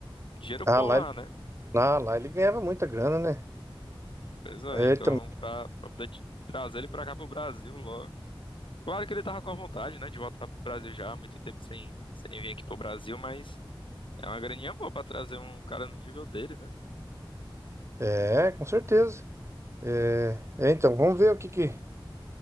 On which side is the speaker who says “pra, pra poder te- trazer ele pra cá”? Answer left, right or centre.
Left